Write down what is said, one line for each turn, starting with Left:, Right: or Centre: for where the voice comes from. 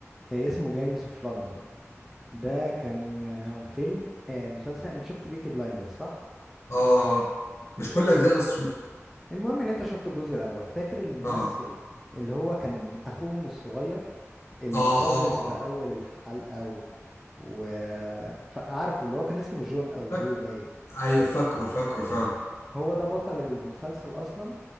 Centre: آه، اسمه جانجس اوف لندن ده كان آه، فيلم آه، مسلسل انت شفت بيكي بلايندر صح
Left: آه مش
Centre: فاكر
Left: كل أجزاء بس شفته
Centre: المهم ان انت شفت الجزء الاول فاكر الممثل
Left: آه
Centre: اللي هو كان اخوهم الصغير اللي
Left: آه
Centre: اتجوز
Left: آه آه
Centre: في اول الحلقة و... و... فعارفه اللي هو كان اسمه جون او
Left: فك...
Centre: جو باين
Left: أيوه فاكره فاكره فاكره
Centre: هو ده بطل المسلسل اصلا